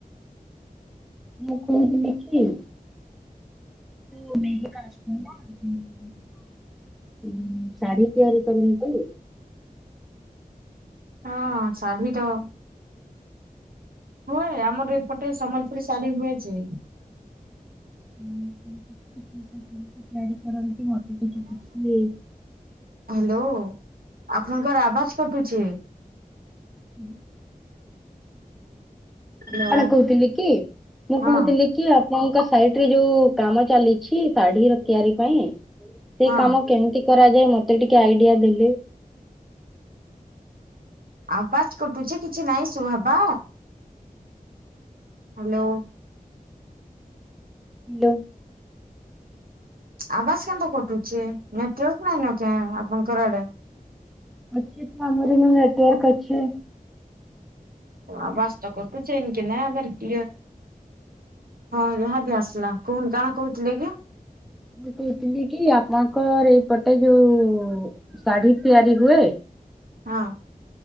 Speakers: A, in the centre; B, on the right.
A: ମୁଁ କହୁଥିଲି କି <unintelligible> ହୁଁ ଶାଢୀ ତିଆରି କରିମିତି
B: ହଁ ଶାଢ଼ୀ ତ ହୁଏ ଆମର ଏପଟେ ସମ୍ବଲପୁରୀ ଶାଢୀ ହୁଏ ଜେ।
A: <unintelligible> ତିଆରି କରନ୍ତି ମତେ <unintelligible>
B: ହାଲୋ ଆପଣଙ୍କର ଆବାଜ କଟୁଛେ।
A: <unintelligible>
B: ହ୍ୟାଲୋ
A: ମୁଁ କାଣା କହୁଥିଲି କି! ମୁଁ
B: ହଁ
A: କହୁଥିଲି କି ଆପଣଙ୍କ ସାଇଟ ରେ ଯୋଉ କାମ ଚାଲିଛି ଶାଢୀ ର ତିଆରି ପାଇଁ ସେ
B: ହଁ
A: କାମ କେମିତି କରାଯାଏ ମତେ ଟିକେ ଆଇଡିଆ ଦେଲେ।
B: ଆବାଜ କଟୁଛି କିଛି ନାଇଁ ସୁୁଭାବପା। ହାଲୋ!
A: ହାଲୋ!
B: ଆବାଜ୍‌ କେନ୍ତା କଟୁଛେ ନେଟୱର୍କ ନାହିଁ ନା କେଁ ଆପଣଙ୍କର ଆଡେ?
A: ଏ ଟି ଆମର ନେଟୱର୍କ ଅଛି।
B: <unintelligible> ଆବାଜ ତ କଟୁଛେ <unintelligible> କ୍ଳିଅର। ହଁ ଯାହା ବି ଆସିଲା କହନ୍ତୁ କଣ କହୁଥିଲେ କି?
A: ମୁଁ କହୁଥିଲି କି ଆପଙ୍କର ଏଇପଟେ ଯୋଉ ଶାଢୀ ତିଆରି ହୁଏ।
B: ହଁ।